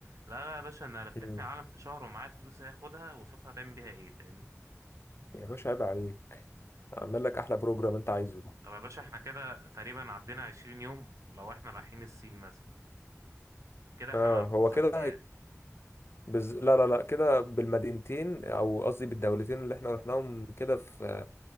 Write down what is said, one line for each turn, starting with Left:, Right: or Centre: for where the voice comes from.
Right: لا لا يا باشا انا لففني
Left: مم.
Right: العالم في شهر ومعايا الفلوس هاخدها واشوف هتعمل بيها ايه فاهمني
Left: يا باشا عيب عليك اعمل لك احلى بروجرام انت عايزه
Right: طب يا باشا احنا كده تقريبا عدينا 20 يوم ولو احنا رايحين الصين مثلا كده احنا
Left: اه
Right: معانا
Left: هو
Right: <laughs> 10
Left: كده
Right: ايام
Left: بز... لا لا لا كده بالمدينتين او قصدي بالدولتين اللي احنا رحناهم كده في